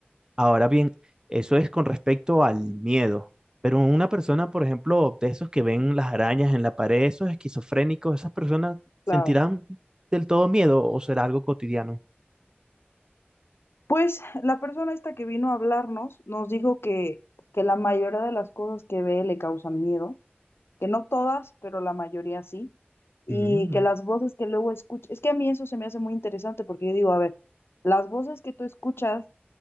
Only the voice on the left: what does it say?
claro.
Pues la persona esta que vino a hablarnos nos dijo que, que la mayoría de las cosas que ve le causan miedo, que no todas, pero la mayoría sí, y
que las voces que luego escucha, es que a mí eso se me hace muy interesante porque yo digo, a ver, las voces que tú escuchas